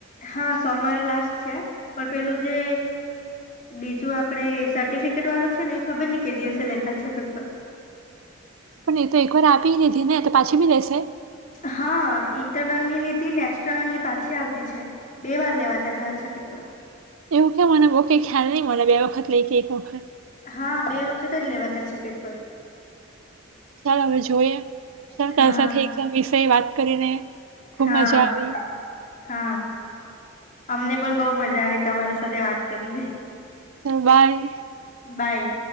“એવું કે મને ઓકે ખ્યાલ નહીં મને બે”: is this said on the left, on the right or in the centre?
Right